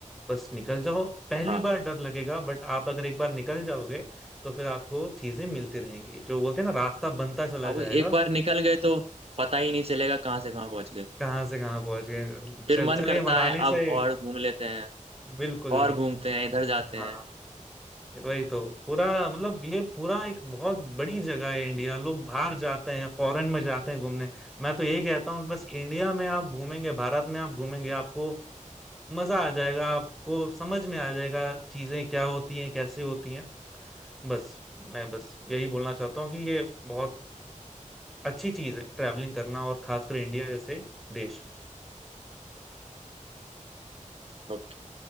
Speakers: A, in the centre; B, on the right.
A: बस निकल जाओ पहली
B: हाँ
A: बार डर लगेगा बट आप अगर एक बार निकल जाओगे तो फिर आपको चीजें मिलती रहेंगी जो बोलते हैं ना रास्ता बनता चला
B: अब
A: जाएगा
B: वो एक बार निकल गए तो पता ही नहीं चलेगा कहाँ से कहाँ पहुंच गए
A: कहाँ से कहाँ पहुंच गए
B: फिर
A: चल
B: मन
A: चले
B: करता
A: मनाली
B: है
A: से
B: अब और घूम लेते हैं
A: बिल्कुल
B: और घूमते हैं इधर जाते
A: हाँ
B: हैं
A: वही तो पूरा मतलब ये पूरा एक बहुत बड़ी जगह है इंडिया लोग बाहर जाते हैं फॉरेन में जाते हैं घूमने मैं तो यही कहता हूँ कि बस इंडिया में आप घूमेंगे भारत में आप घूमेंगे आपको मजा आ जाएगा आपको समझ में आ जाएगा चीजें क्या होती हैं कैसे होती हैं बस मैं बस यही बोलना चाहता हूँ कि ये बहुत अच्छी चीज है ट्रैवलिंग करना और खासकर इंडिया जैसे देश में
B: <laughs>